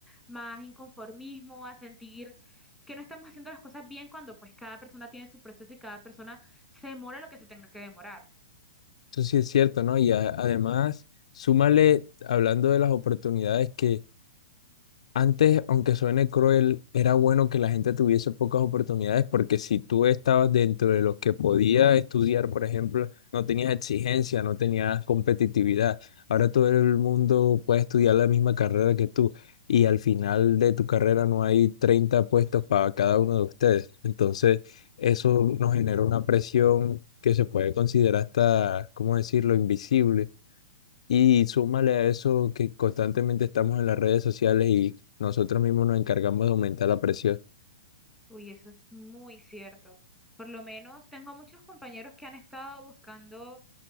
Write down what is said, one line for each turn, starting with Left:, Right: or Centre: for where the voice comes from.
Centre: más inconformismo, a sentir que no estamos haciendo las cosas bien cuando pues cada persona tiene su proceso y cada persona se demora lo que se tenga que demorar.
Left: Eso sí es cierto, ¿no? Y a- además, súmale, hablando de las oportunidades, que Antes, aunque suene cruel, era bueno que la gente tuviese pocas oportunidades porque si tú estabas dentro de los que podía estudiar, por ejemplo, no tenías exigencia, no tenías competitividad. Ahora todo el mundo puede estudiar la misma carrera que tú y al final de tu carrera no hay 30 puestos para cada uno de ustedes. Entonces, eso nos genera una presión que se puede considerar hasta, ¿cómo decirlo?, invisible y súmale a eso que constantemente estamos en las redes sociales y nosotros mismos nos encargamos de aumentar la presión.
Centre: Uy, eso es muy cierto. Por lo menos tengo muchos compañeros que han estado buscando